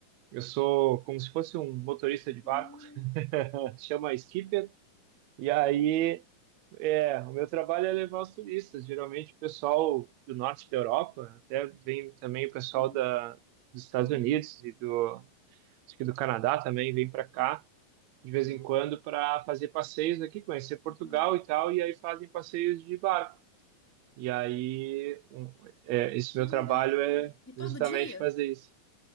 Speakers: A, on the right; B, in the centre.
A: eu sou como se fosse um motorista de barco,
B: Hum,
A: <laughs> chama skipper. E aí
B: é?
A: É, o meu trabalho é levar os turistas. Geralmente o pessoal do norte da Europa, até vem também o pessoal
B: Hum,
A: da, dos Estados
B: uhum.
A: Unidos e do, acho que do Canadá também vem para cá de vez
B: Ah,
A: em quando para fazer passeios aqui, conhecer Portugal
B: ah,
A: e tal, e aí fazem passeios de barco. E aí um, é, esse
B: que
A: meu trabalho
B: legal.
A: é
B: E todo
A: justamente
B: dia?
A: fazer isso.